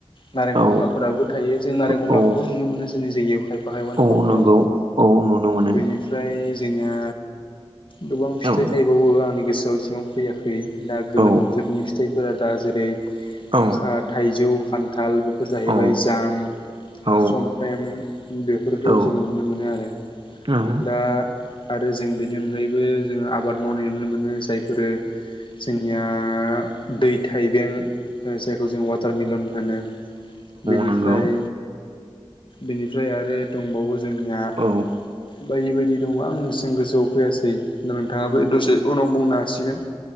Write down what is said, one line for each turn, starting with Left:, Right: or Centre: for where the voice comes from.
Left: नारें
Right: औ
Left: खमलाफोराबो थायो। जों नारें खमलाखौबो
Right: औ
Left: नुनो मोनो जोंनि जायगायाव खायफा खायफा
Right: औ
Left: न'खरफोराव
Right: नंगौ औ नुनो मोनो
Left: बेनिफ्राय जोंनिया गोबां
Right: औ
Left: फिथाइ थायबावो आंनि गोसोआव एसेबां फैयाखै। खै दा गोलोम
Right: औ
Left: बोथोरनि फिथाइफोरा दा जेरै
Right: औ
Left: खा थाइजौ खान्थाल बेफोर जाहैबाय
Right: औ
Left: जाम
Right: औ
Left: समफ्रेम बेफोरखौ
Right: औ
Left: जोङो नुनो मोनो आरो
Right: औ
Left: दा आरो जों बेनि अनगायैबो जोङो आबाद मावनाय नुनो मोनो जायफोरो जोंनिया दै थाइबें ओ जायखौ जों वाटारमिलन होनो बेनिफ्राय
Right: नंगौ
Left: बेनिफ्राय आरो दंबावो जोंनिया
Right: औ
Left: बायदि बायदि दङ आं जों गोसोआव फैयासै होनबा नोंथाङाबो दसे उनाव बुंनो हासिगोन।